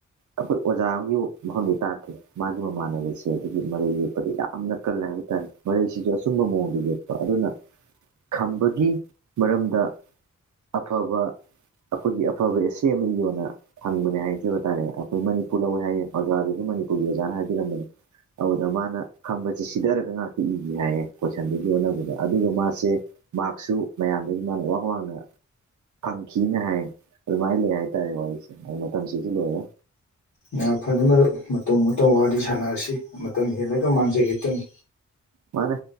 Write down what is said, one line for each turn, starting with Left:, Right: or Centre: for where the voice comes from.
Right: ꯑꯩꯈꯣꯏ ꯑꯣꯖꯥ ꯑꯃꯒꯤ ꯃꯐꯝꯗꯤ ꯇꯥꯛꯀꯦ ꯃꯥꯒꯤ ꯃꯃꯥꯟꯅꯕꯤꯁꯦ ꯑꯗꯨꯒꯤ ꯃꯔꯩ ꯌꯦꯛꯄꯗ ꯌꯥꯝꯅ ꯀꯜꯂꯦ ꯍꯥꯏꯕ ꯍꯥꯏꯇꯥꯔꯦ ꯃꯔꯩꯁꯤꯁꯨ ꯑꯆꯨꯝꯕ ꯃꯑꯣꯡꯗ ꯌꯦꯛꯄ ꯑꯗꯨꯅ ꯈꯝꯕꯒꯤ ꯃꯔꯝꯗ ꯑꯐꯕ ꯑꯩꯈꯣꯏꯒꯤ ꯑꯐꯕ ꯑꯦ ꯁꯤ ꯑꯃ ꯌꯣꯟꯅ ꯐꯪꯕꯅꯦ ꯍꯥꯏꯖꯕ ꯇꯥꯔꯦ ꯑꯩꯈꯣꯏ ꯃꯅꯤꯄꯨꯔ ꯂꯧꯋꯦ ꯍꯥꯏꯌꯦ ꯑꯣꯕꯖꯥꯔꯗꯁꯨ ꯃꯅꯤ ꯀꯨꯒꯤꯔꯖꯥꯅ ꯍꯥꯏꯕꯤꯔꯝꯝꯕꯅꯤ ꯑꯗꯨꯗ ꯃꯥꯅ ꯈꯝꯕꯁꯦ ꯁꯤꯗꯔꯒ ꯉꯥꯛꯇ ꯏꯒꯦ ꯍꯥꯏꯌꯦ ꯀꯣꯏꯁꯟꯗꯨꯒꯤ ꯑꯣꯟꯅꯕꯗ ꯑꯗꯨꯒ ꯃꯥꯁꯦ ꯃꯥꯁꯨ ꯃꯌꯥꯝꯗꯒꯤ ꯃꯥꯅ ꯋꯥ ꯋꯥꯡꯅ ꯐꯪꯈꯤꯅ ꯍꯥꯏꯌꯦ ꯑꯗꯨꯃꯥꯏꯅ ꯂꯩ ꯍꯥꯏꯇꯥꯔꯦ ꯋꯥꯔꯤꯁꯦ ꯑ ꯃꯇꯝꯁꯤꯁꯨ ꯂꯣꯏꯔꯦ
Left: ꯉ ꯐꯅ ꯃꯔ ꯃꯇꯧ ꯃꯇꯧ ꯋꯥꯔꯤꯗꯤ ꯁꯥꯟꯅꯁꯤ ꯃꯇꯝ ꯍꯦꯜꯂꯒ ꯃꯥꯡꯖꯈꯤꯦ ꯇꯅꯤ
Right: ꯃꯥꯅꯦ